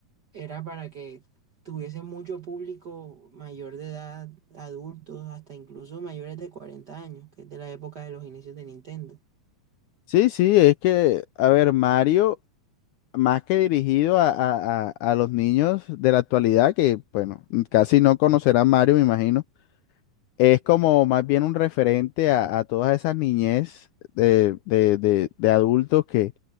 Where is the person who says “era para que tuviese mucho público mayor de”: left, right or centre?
Right